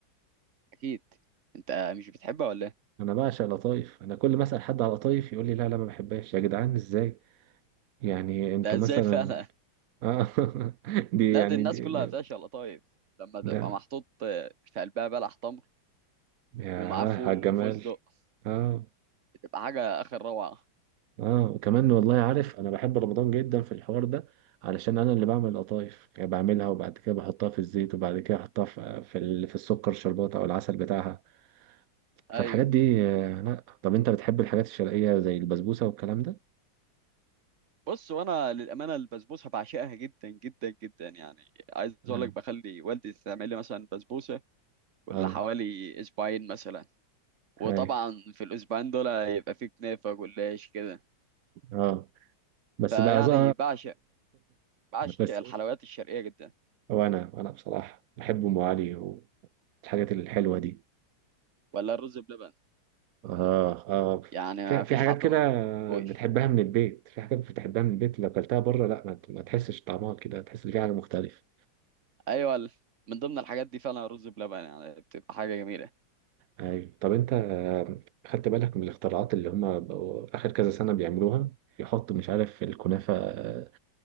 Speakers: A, on the right; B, on the right.
A: اكيد انت مش بتحبها ولا ايه
B: انا بعشق القطايف انا كل ما اسال حد على القطايف يقول لي لا لا ما بحبهاش يا جدعان ازاي يعني انتوا
A: ده ازاي
B: مثلا
A: فعلا
B: آه <laughs> دي
A: لا
B: يعني
A: دي الناس
B: دي,
A: كلها
B: دي
A: بتعشق القطايف لما تبقى
B: ده
A: محطوط في قلبها بلح تمر
B: ياه
A: ومعاه فول
B: على الجمال
A: وفستق
B: اه
A: بتبقى حاجه اخر روعه
B: اه وكمان والله عارف انا بحب رمضان جدا في الحوار ده علشان انا اللي بعمل القطايف يعني بعملها وبعد كده بحطها في الزيت وبعد كده احطها في في ال- في السكر شربات او العسل بتاعها فالحاجات
A: ايوه
B: دي آه، لا طب انت بتحب الحاجات الشرقية زي البسبوسة والكلام ده؟
A: بص وانا للامانه البسبوسه بعشقها جدا جدا جدا يعني عايز
B: اه
A: اقول لك بخلي والدي تعمل لي مثلا بسبوسه كل
B: اه
A: حوالي اسبوعين مثلا وطبعا
B: هاي
A: في الاسبوعين دول يبقى في كنافه جلاش كده
B: اه بس
A: فيعني
B: بقى زه...
A: بعشق بعشق
B: بس
A: الحلويات الشرقيه جدا
B: وانا انا بصراحة بحب ام علي والحاجات الحلوة دي
A: ولا الرز بلبن
B: اه اه
A: يعني ما
B: في في
A: فيش
B: حاجات
A: حد برضه
B: كده
A: ما بيحبوش
B: بتحبها من البيت في حاجات بتحبها من البيت لو اكلتها بره لا ما ما تحسش طعمها كده تحس ان في حاجه مختلفه
A: ايوه ال- من ضمن الحاجات دي فعلا رز بلبن يعني بتبقى حاجه جميله
B: ايوه طب انت آه، خدت بالك من الاختراعات اللي هم بقوا اخر كذا سنه بيعملوها يحطوا مش عارف الكنافه آه،